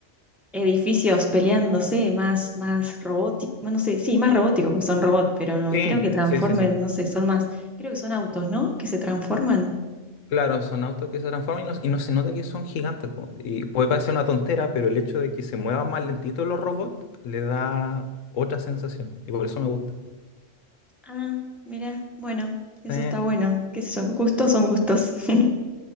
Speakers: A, in the centre; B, on the left.
A: edificios peleándose, más, más robóticos, no sé, sí, más robóticos, porque son robots, pero no,
B: Sí,
A: creo que Transforme,
B: sí, sí, sí.
A: no sé, son más, creo que son autos, ¿no? Que se transforman.
B: Claro, son autos que se transforman y no, y no se nota que son gigantes. po. Y puede parecer una tontera, pero el hecho de que se muevan más lentito los robots le da otra sensación. Y por eso me gusta.
A: Ah, mira, bueno, eso
B: Sí.
A: está bueno. Qué sé yo, gustos son gustos. <laughs>